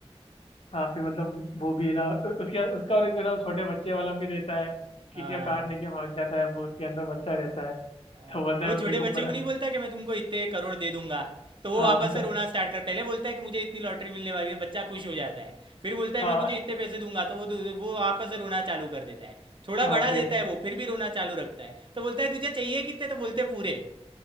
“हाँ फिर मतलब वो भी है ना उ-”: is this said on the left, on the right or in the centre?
Left